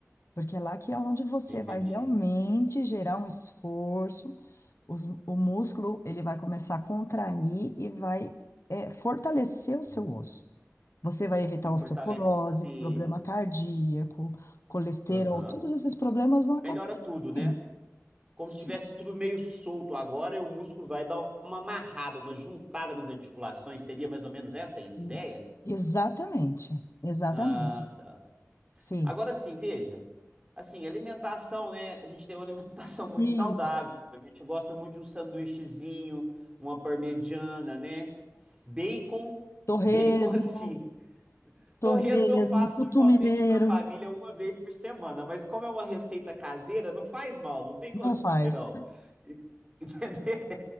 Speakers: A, on the left; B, on the right.
A: Porque é lá que é onde você
B: Entendi.
A: vai realmente gerar um esforço, os- o músculo ele vai começar a contrair e vai eh, fortalecer o seu
B: Uhum.
A: osso. Você vai evitar
B: E fortalece.
A: osteoporose, problema cardíaco, colesterol,
B: Aham.
A: todos esses problemas vão acabar
B: Melhora tudo,
A: diminuindo.
B: né? Como
A: Sim,
B: se tivesse tudo meio solto agora e o músculo vai dar uma amarrada, uma juntada nas articulações. Seria mais ou menos essa a ideia?
A: ex- exatamente, exatamente.
B: Ah, tá.
A: Sim.
B: Agora sim, veja. Assim, alimentação, né? A gente tem uma alimentação muito
A: E
B: saudável. A gente gosta muito de um sanduíchezinho, uma parmegiana, né? Bacon,
A: torresmo,
B: bacon <laughs> assim.
A: torresmo,
B: Torresmo eu faço
A: tutu
B: normalmente
A: mineiro,
B: para a família uma vez por semana, mas como é uma receita caseira, não faz mal, não tem
A: não
B: colesterol.
A: faz.
B: <laughs> Entendeu?